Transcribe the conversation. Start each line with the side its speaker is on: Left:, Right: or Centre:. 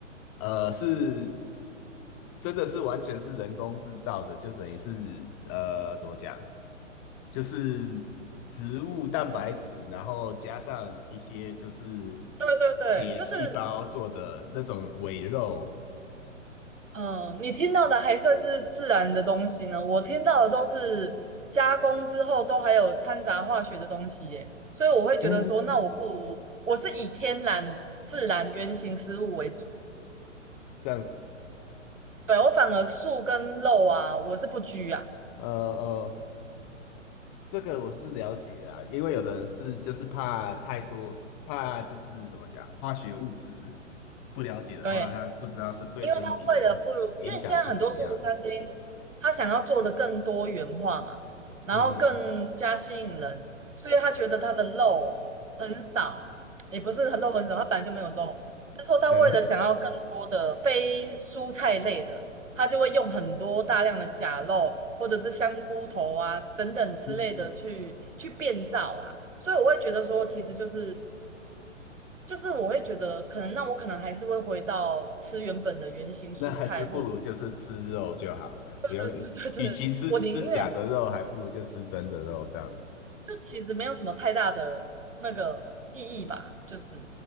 Left: 呃，是真的是完全是人工制造的，就等于是呃，怎么讲，就是植物蛋白质，然后加上一些就是
Right: 对对对，
Left: 铁细胞做的那种伪肉，
Right: 就是嗯、呃你听到的还算是自然的东西呢，我听到的都是加工之后都还有掺杂化学的东西耶，所以我会觉得说，
Left: 嗯，
Right: 那我不如我是以天然自然原型食物为主，
Left: 这样子。
Right: 对，我反而素跟肉啊，我是不拘啊，
Left: 呃呃这个我是了解啦，因为有的人是就是怕太多，怕就是怎么讲，化学物质不了解的话，
Right: 对。
Left: 他不知道是对身体的影响是怎么样。
Right: 因为他为了不如，因为现在很多素食餐厅，他想要做的更多元化嘛，然后更加吸引人，
Left: 嗯嗯嗯，
Right: 所以他觉得他的肉很少，也不是很肉很少，他本来就没有肉，就是说他为了想要更多的非蔬菜类的，
Left: 对，
Right: 他就会用很多大量的假肉或者是香菇头啊等等之类的去去变造啦，
Left: <laughs>
Right: 所以我会觉得说，其实就是就是我会觉得，可能那我可能还是会回到吃原本的原型蔬菜，
Left: 那还是不如就是吃肉就好了，
Right: 或对对对对，
Left: 不用，与其吃吃假的肉，
Right: 我宁愿
Left: 还不如就吃真的肉这样子。
Right: 就其实没有什么太大的那个意义吧，就是